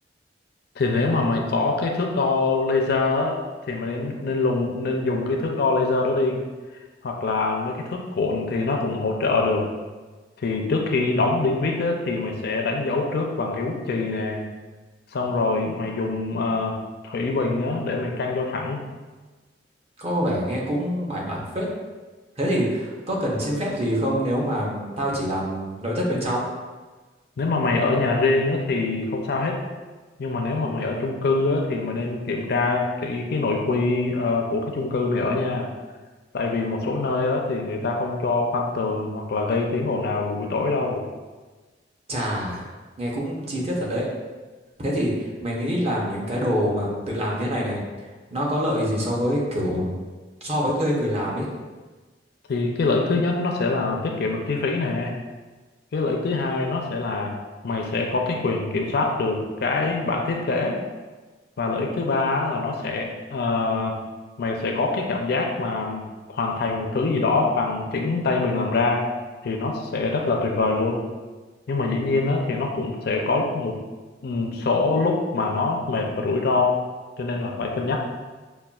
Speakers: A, on the left; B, on the right.
A: thì nếu mà mày có cái thước đo laser á, thì mày nên nên lùng nên dùng cái thước đo laser đó đi hoặc là mấy cái thước cuộn thì nó cũng hỗ trợ được thì trước khi đóng đinh vít á, thì mày sẽ đánh dấu trước bằng cái bút chì nè xong rồi mày dùng ờ, thủy bình á, để mày căng cho thẳng
B: Có vẻ nghe cũng bài bản phết. Thế thì có cần xin phép gì không nếu mà tao chỉ làm nội thất bên trong?
A: nếu mà mày ở nhà riêng á, thì không sao hết nhưng mà nếu mà mày ở chung cư á, thì mày nên kiểm tra kỹ cái nội quy ờ, của cái chung cư mày ở nha tại vì một số nơi á, thì người ta không cho khoan tường hoặc là gây tiếng ồn ào vào buổi tối đâu
B: Chà, nghe cũng chi tiết thật đấy. Thế thì mày nghĩ làm những cái đồ mà tự làm như thế này này nó có lợi gì so với kiểu so với thuê người làm ấy?
A: thì cái lợi ích thứ nhất nó sẽ là tiết kiệm được chi phí nè cái lợi ích thứ hai nó sẽ là mày sẽ có cái quyền kiểm soát được cái bản thiết kế và lợi ích thứ ba á, là nó sẽ ờ, mày sẽ có cái cảm giác mà hoàn thành một thứ gì đó bằng chính tay mình làm ra thì nó sẽ rất là tuyệt vời luôn nhưng mà dĩ nhiên á, thì nó cũng sẽ có một ừ, số lúc mà nó mệt và rủi ro cho nên là phải cân nhắc